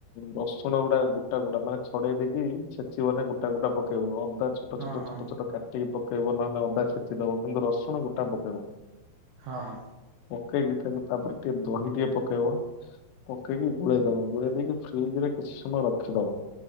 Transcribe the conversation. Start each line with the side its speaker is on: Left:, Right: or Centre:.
Left: ରସୁଣ ଗୁଡା ଗୋଟା ଗୋଟା ମାନେ ଛଡେଇ ଦେଇକି। ଛେଚିବ ମାନେ ଗୋଟା ଗୋଟା ପକେଇବ ଅଦା ଛୋଟ
Right: ହଁ
Left: ଛୋଟ
Right: ହଁ ହଁ
Left: ଛୋଟ ଛୋଟ କାଟି। କାଟିକି ପକେଇବ ନହେଲେ ଅଦା ଛେଚି ଦବ କିନ୍ତୁ ରସୁଣ ଗୋଟା ପକେଇବ।
Right: ହଁ।
Left: ପକେଇକି ତାକୁ ତାପରେ ଟିକେ ଦହି ଟିକେ ପକେଇବ। ପକେଇକି ଗୋଳେଇ ଦବ, ଗୋଳେଇ ଦେଇକି ଫ୍ରିଜ୍ ରେ କିଛି ସମୟ ରଖିଦବ,